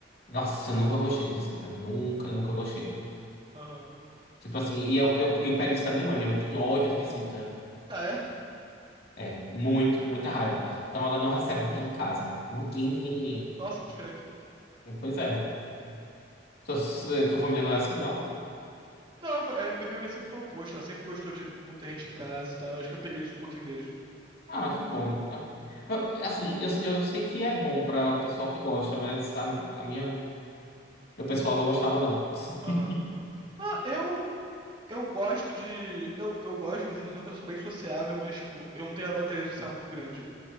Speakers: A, on the left; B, on the right.
A: Nossa, eu nunca gostei de visita. Nunca, nunca gostei.
B: Aham.
A: Tipo assim, e eu, eu, e eu pego isso da minha mãe. Minha mãe tem ódio de visita.
B: Ah, é?
A: É, muito,
B: <laughs>
A: muita raiva. Então ela não recebe ninguém em casa. Ninguém, ninguém,
B: Nossa, que diferente.
A: ninguém. Pois é. Sua, sua família não é assim, não?
B: Não, foi- a minha família sempre foi oposta. Ela sempre gostou de muita gente em casa e tal. Acho que eu peguei isso um pouquinho deles.
A: Ah, que bom. Assim, eu, eu sei que é bom para o pessoal que gosta, mas a, a minha, meu pessoal não gostava, não. <laughs>
B: Aham. Não, eu, eu gosto de. Eu, eu gosto de visita, eu sou uma pessoa bem sociável, mas, tipo, eu não tenho a bateria social muito grande.